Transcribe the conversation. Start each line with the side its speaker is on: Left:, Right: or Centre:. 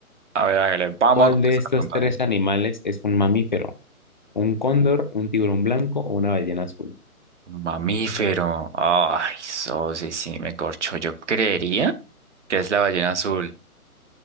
Right: A ver, hágale, vamos
Left: ¿Cuál
Right: a contestar
Left: de estos
Right: la pregunta
Left: tres
Right: bien.
Left: animales es un mamífero? ¿Un cóndor, un tiburón blanco o una ballena azul?
Right: Mamífero. Ay, Sosi, sí, me corchó. Yo creería que es la ballena azul.